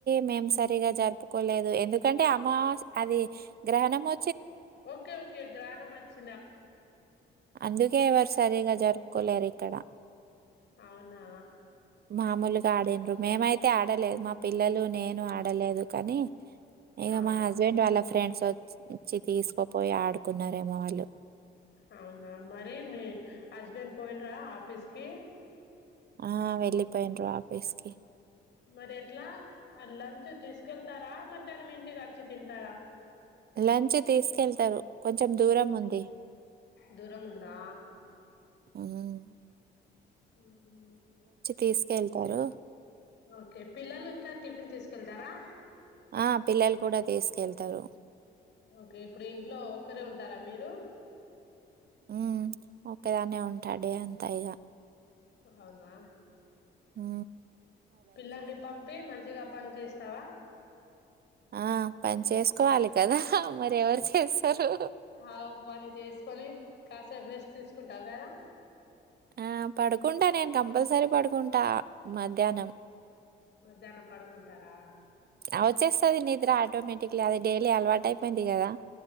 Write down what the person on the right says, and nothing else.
మేం సరిగా జరుపుకోలేదు ఎందుకంటే అమాస్ అది గ్రహణం వ
అందుకే ఎవరు సరిగా జరుపుకొ అక్కడ
మామూలుగా ఆడిన్రు మేమైతే ఆడలేదు మా పిల్లలు నేను ఆడలేదు కానీ ఇక
మా హస్బెండ్ వాళ్ళ ఫ్రెండ్స్ వచ్చి తీసుకోపోయి ఆడుకున్నారేమో వాళ్ళు
ఆ వెళ్లిపోయిండ్రు ఆఫీస్కి
లంచ్ తీసుకెళ్తారు కొంచెం దూరం ఉంది
మ్మ్
తీసుకెళ్తారు.
ఆ పిల్లలు కూడా తీసుకెళ్తారు
ఊ ఒక్కదాన్నే ఉంటాడి అంతా ఇగా
ఊ
ఆ పని చేసుకోవాలి కదా మరి ఎవరు చేస్తారు
ఆ పడుకుంటా నేను కంపల్సరీ పడుకుంటా మధ్యానం
ఆవచ్చేస్తాది నిద్ర టోమేటిక్లీ అది డైలీ అలవాటు ఐయిపోయింది కదా